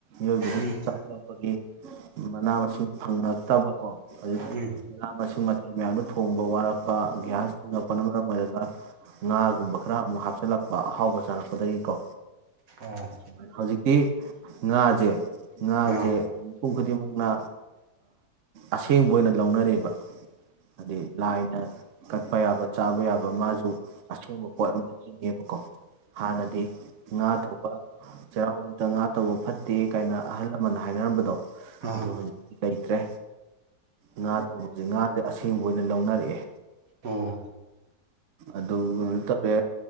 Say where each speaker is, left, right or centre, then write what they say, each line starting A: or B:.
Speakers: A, on the right; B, on the right.
A: ꯌꯒꯗ
B: ꯎꯝ
A: ꯁꯥꯄꯄꯒꯤ ꯃꯅꯥ ꯃꯁꯤꯡ ꯐꯪꯉꯛꯇꯕꯀꯣ ꯑꯗꯨ
B: ꯎꯝ
A: ꯆꯂꯁꯨ ꯃ ꯃ ꯌꯥ ꯊꯣꯡꯕ ꯋꯥꯔꯛꯄ ꯒ꯭ꯌꯥꯁ ꯆꯤꯡꯉꯛꯄꯅ ꯃꯔꯝ ꯑꯣꯏꯔꯒ ꯉꯥꯒꯨꯝꯕ ꯈꯔ ꯑꯃꯨꯛ ꯍꯥꯞꯆꯤꯜꯂꯛꯄ ꯑꯍꯥꯎꯕ ꯆꯥꯔꯛꯄꯗꯒꯤꯀꯣ
B: ꯑꯣ
A: ꯁꯃꯥꯏꯅ ꯍꯧꯖꯤꯛꯇꯤ ꯉꯥꯁꯦ ꯉꯥꯁꯦ
B: ꯑꯥ
A: ꯃꯤꯄꯨꯝ ꯈꯨꯗꯤꯡꯃꯛꯅ ꯑꯁꯦꯡꯕ ꯑꯣꯏꯅ ꯂꯧꯅꯔꯦꯕ ꯍꯥꯏꯗꯤ ꯂꯥꯏꯅ ꯀꯠꯄ ꯌꯥꯕ ꯆꯥꯕ ꯌꯥꯕ ꯃꯥꯁꯨ ꯑꯁꯣꯡꯕ ꯄꯣꯠ ꯑꯗ ꯆꯤꯡꯉꯦꯕꯀꯣ ꯍꯥꯟꯅꯗꯤ ꯉꯥ ꯇꯧꯕ ꯆꯩꯔꯥꯎꯗꯇ ꯉꯥ ꯇꯧꯕ ꯐꯠꯇꯦ ꯀꯥꯏꯅ ꯑꯍꯜ ꯂꯃꯟꯅ ꯍꯥꯏꯅꯔꯝꯕꯗꯣ
B: ꯑꯥ
A: ꯑꯗꯨ ꯍꯧꯖꯤꯛꯇꯤ ꯂꯩꯇ꯭ꯔꯦ ꯉꯥ ꯇꯧꯕꯁꯦ ꯉꯥꯁꯦ ꯑꯁꯦꯡꯕ ꯑꯣꯏꯅ ꯂꯧꯅꯔꯛꯑꯦ
B: ꯑꯣ
A: ꯑꯗꯨꯥꯏ ꯇꯧꯔꯦ